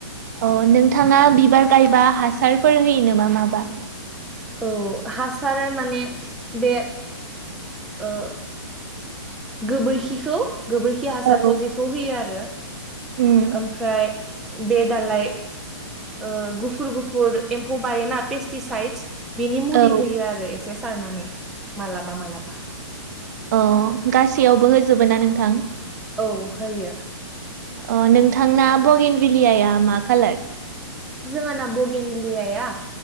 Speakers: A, on the right; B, in the centre.
A: अ नोंथाङा बिबार गायबा हासारफोर होयो नोमा माबा
B: औ हासार माने बे ओ गोबोरखिखौ गोबोरखि हासारखौ
A: औ
B: बेखौ होयो आरो
A: उम
B: ओमफ्राय बे दालाय ओ गुफुर गुफुर एम्फौ बायोना पेस्टिसाइदस बिनि मुलि
A: औ
B: होयो आरो एसे सारनानै मालाबा मालाबा।
A: अ गासैयावबो होजोबो ना नोंथां?
B: औ होयो।
A: अ नोंथांना बगेन भिलियाया मा कालार?
B: जोंहाना बगेन भेलियाया